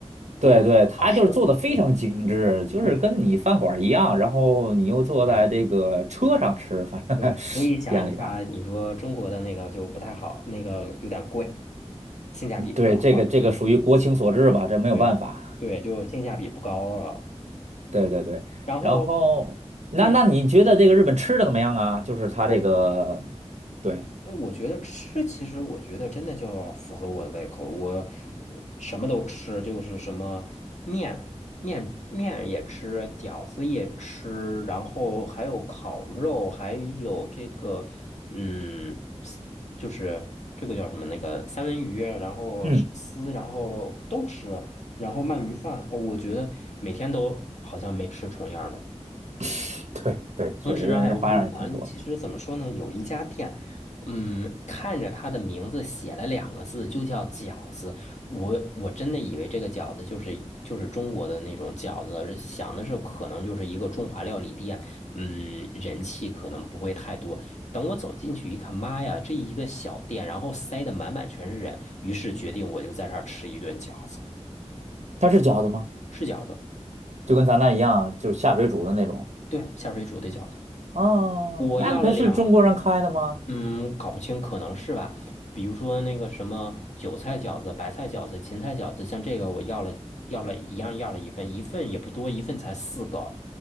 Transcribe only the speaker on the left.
不过好吃。
对
对，
哎，
对，所以想一下，
你说中国的那个就不太好，那个有点贵，性价比不高了。
对
对对，就性价比不高了。
然后嗯，
我
呃我觉得吃，其实我觉得真的就要符合我的胃口。我呃什么都吃，就是什么面面面也吃，饺子也吃，然后还有烤肉，还有这个嗯，丝就是这个叫什么那个三文鱼，然后寿司，
然后都吃，然后鳗鱼饭，哦我觉得每天都好像没吃重样儿的。
同时，哎，我跟你讲，其实怎么说呢？有一家店，嗯，看着它的名字写了两个字，就叫饺子。我我真的以为这个饺子就是就是中国的那种饺子，想的是可能就是一个中华料理店，嗯，人气可能不会太多。等我走进去一看，妈呀，这一个小店，然后塞得满满全是人，于是决定我就在这儿吃一顿饺子，
是饺子，
对，下水煮的饺子。
我要了两
嗯，搞不清，可能是吧。比如说那个什么韭菜饺子、白菜饺子、芹菜饺子，像这个我要了要了一样要了一份，一份也不多，一份才四个，